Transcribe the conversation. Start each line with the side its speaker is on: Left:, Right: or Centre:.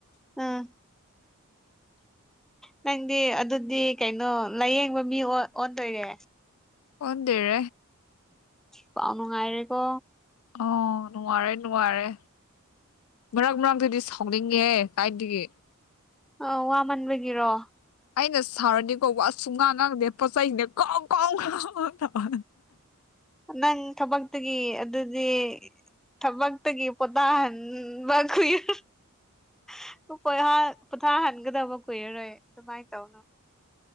Left: <unintelligible>
Centre: ꯎꯝ ꯅꯪꯗꯤ ꯑꯗꯨꯗꯤ ꯀꯩꯅꯣ ꯂꯥꯏꯌꯦꯡꯕ ꯃꯤ ꯑꯣꯟꯗꯣꯏꯔꯦ
Left: ꯑꯣꯟꯔꯦ
Centre: ꯄꯥꯎꯅ ꯉꯥꯏꯔꯦꯀꯣ
Left: ꯑꯣ ꯅꯔꯦ ꯅꯔꯦ ꯃꯔꯛ ꯃꯔꯛꯇꯗꯤ ꯁꯥꯎꯅꯤꯡꯉꯦ ꯀꯥꯏꯒ
Centre: ꯑ ꯋꯥꯃꯟꯕꯒꯤꯔꯣ
Left: ꯑꯩꯅ ꯁꯥꯔꯅꯤ ꯀꯧꯕ ꯑꯁꯨ ꯉꯥꯡ ꯉꯪꯗꯦ ꯄꯣꯠ ꯆꯩꯩꯅꯦ ꯀꯥꯎ ꯀꯥꯎ ꯉꯕ
Centre: ꯅꯪ ꯊꯕꯛꯇꯒꯤ ꯑꯗꯨꯗꯤ ꯊꯕꯛꯇꯒꯤ ꯄꯣꯊꯍꯟ ꯈꯏꯔꯄꯣꯏꯍꯥ ꯄꯊꯥ ꯍꯥꯏꯒꯗꯕ ꯀꯨꯏꯔꯔꯣꯏ ꯑꯗꯨꯃꯥꯏꯅ ꯇꯧꯅꯣ